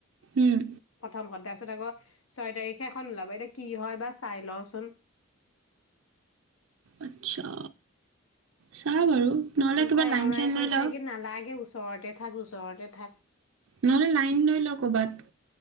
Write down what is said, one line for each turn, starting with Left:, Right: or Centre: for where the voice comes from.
Right: উম
Left: প্ৰথম খন তাছত আকৌ ছয় তাৰিখে এখন ওলাব এতিয়া কি হয় বা চাই লওচোন
Right: আচ্ছা চাও বাৰু নহ'লে
Left: আকৌ
Right: কিবা লাইন
Left: এউৰাই
Right: চাইন
Left: কৈছে
Right: লৈ ল
Left: কি নালাগে ওচ ঘৰতে থাক ওচৰতে থাক
Right: নহ'লে লাইন লৈ ল ক'বাত